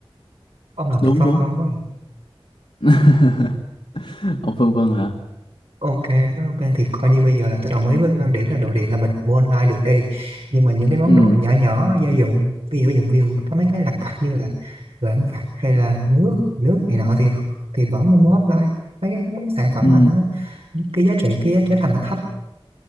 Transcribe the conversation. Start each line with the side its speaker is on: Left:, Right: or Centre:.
Right: ông làm
Left: đúng
Right: tư phân
Left: đúng
Right: vân quá à.
Left: <laughs> ông phân vân hả
Right: ok nó ok thì coi như bây giờ là tôi đồng ý với cái quan điểm là đồ điện là mình mua online được đi nhưng mà những cái món
Left: ừ
Right: đồ nhỏ nhỏ gia dụng ví dụ ví dụ ví dụ có mấy cái lặt vặt như là vện vặt hay là nước nước này nọ thì thì vẫn nên mua offline mấy cái, mấy cái sản phẩm
Left: ừ
Right: mà nó cái giá trị cái giá trị thành nó thấp